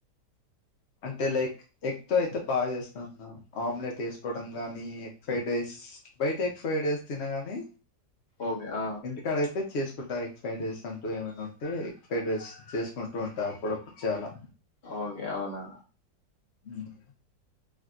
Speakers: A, on the left (about 70°); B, on the left (about 40°).
A: అంటే లైక్ ఎగ్ తో అయితే బాగా చేస్తానన్నా ఆమ్లెట్ వేసుకోవడం గాని ఎగ్ ప్రైడ్ రైస్ బయట ఎగ్ ఫ్రైడ్ రైస్ తినగాని
B: ఓకే. ఆ!
A: ఇంటికాడ అయితే చేస్ డ ఫ్రైడ్ రైస్ అంటూ ఏమైనా ఉంటే ఎగ్ ఫ్రైడ్ రైస్ చేసుకుంటూ ఉంటా అప్పుడప్పుడు చాలా
B: ఓకే అవునా
A: వున